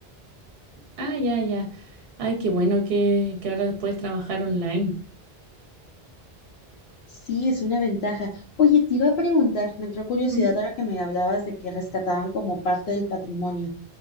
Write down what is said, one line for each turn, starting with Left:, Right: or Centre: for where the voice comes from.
Right: ah, ya, ya. Ay, qué bueno que, que ahora puedes trabajar online.
Left: Sí, es una ventaja. Oye, te iba a preguntar, me entró curiosidad
Right: Ujú,
Left: ahora que me hablabas de que rescataban como parte del patrimonio.